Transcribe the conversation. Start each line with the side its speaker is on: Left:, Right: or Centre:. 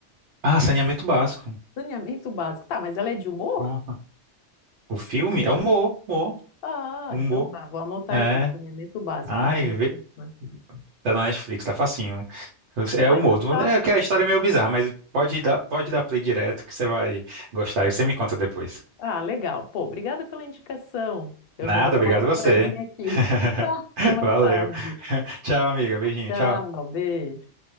Right: Ah, saneamento básico.
Left: Saneamento básico. Tá, mas ela é de humor?
Right: Pronto. O filme é humor, humor,
Left: Ah,
Right: humor.
Left: então tá, vou anotar
Right: É.
Left: aqui. Saneamento básico,
Right: Ai,
Left: tá na Netflix,
Right: vê-
Left: né?
Right: tá na Netflix, tá facinho. É
Left: Ah,
Right: humor.
Left: então tá.
Right: É que a história é meio bizarra, mas pode dar, pode dar play direto que você vai gostar e você me conta depois.
Left: Ah, legal. Pô, obrigada pela indicação. Eu
Right: Nada,
Left: já vou dar
Right: obrigado
Left: uma procuradinha
Right: você.
Left: aqui.
Right: <laughs>
Left: Então tá, até mais
Right: Valeu.
Left: tarde.
Right: <laughs> Tchau, amiga. Beijinho,
Left: Tchau,
Right: tchau.
Left: beijo.